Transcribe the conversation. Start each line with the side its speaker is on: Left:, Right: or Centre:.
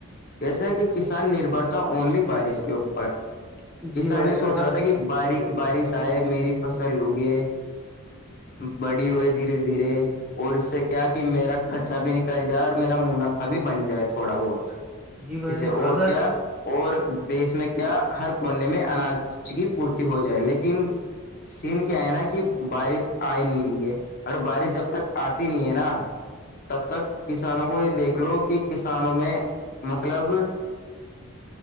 Left: کیسے ہے کہ کسان نربھر تھا اونلی بارش کے اوپر کسان
Centre: جی بھائی
Left: یہ سوچ
Centre: جان
Left: رہا
Centre: اب
Left: تھا کہ ب بارش آئے میری فصل اگے بڑی ہوئی دھیرے دھیرے اور اس سے کیا کہ میرا خرچہ بھی ن کہ جائے اور میرا منافع بھی بن جائے تھوڑا بہت
Centre: جی بھائی
Left: اسے
Centre: جان
Left: اور
Centre: اگر
Left: کیا اور دیس میں کیا ہر کونے میں اناج کی پورتی ہو جائے لیکن سین کیا ہے نا کہ بارش آئے نہیں رہی ہے اور بارش جب تک آتی نہیں ہے نا تب تک کسانوں کو یہ دیکھ لو کہ کسانوں میں مطلب